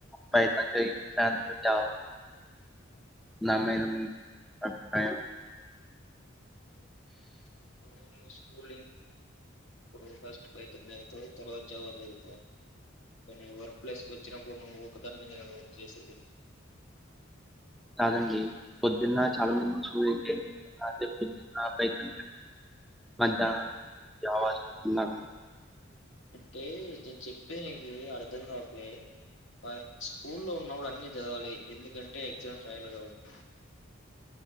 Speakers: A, in the centre; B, on the left (about 70°).
A: భయితయి సాంత జవ నమ <inaudible>
B: అంటే ఇప్పుడు నువ్వు స్కూలింగ్ అప్పుడు ఫస్ట్ పైతాన్ చదువుతావు తర్వాత జావా చదువుతావు కానీ వర్క్ ప్లేస్ కి వచ్చినప్పుడు నువ్వు ఒకదాని మీద కదా వర్క్ చేసేది
A: కాదండి పొద్దున్న చాలా
B: ఉమ్.
A: మంది చూసుంటే పొద్ ఆకైతుం మధ ఆవాజ ఉతున్నారు <inaudible>
B: అంటే నేను చెప్పేది నీకి అర్ధం కావట్లే పా స్కూల్లో ఉన్నప్పుడు అన్నీ చదవాలి ఎందుకంటే ఎగ్జామ్స్ రాయలు కాబట్టి